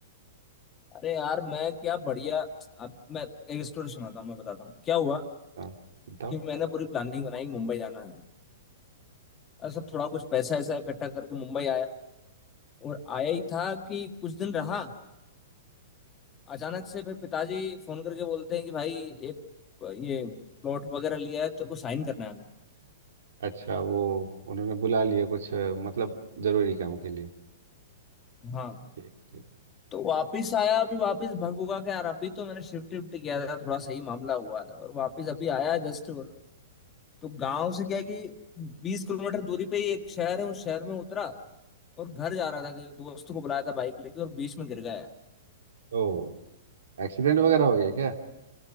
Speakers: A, on the left (about 20°); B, on the right (about 80°).
A: अरे यार मैं क्या बढ़िया अब मैं एक स्टोरी सुनाता हूँ मैं बताता हूँ क्या हुआ
B: हाँ बताओ
A: कि मैंने पूरी प्लानिंग बनाई मुंबई जाना है और सब थोड़ा कुछ पैसा ऐसा इकट्ठा करके मुंबई आया और आया ही था कि कुछ दिन रहा अचानक से फिर पिताजी फोन करके बोलते हैं कि भाई एक ये प्लॉट वगैरह लिया है तेरे को साइन करने आना
B: अच्छा वो उन्होंने बुला लिया कुछ अ, मतलब जरूरी काम के लिए
A: है हाँ
B: ठीक ठीक
A: तो वापिस आया अभी वापिस भग भुगा के यार अभी तो मैंने शिफ्ट शिफ्ट किया था थोड़ा सही मामला हुआ था और वापिस अभी आया जस्ट तो गांव से क्या है कि बीस किलोमीटर दूरी पे ही एक शहर है उस शहर में उतरा और घर जा रहा था कहीं दोस्त को बुलाया था बाइक लेके और बीच में गिर गया
B: ओ एक्सीडेंट वगैरह हो गया क्या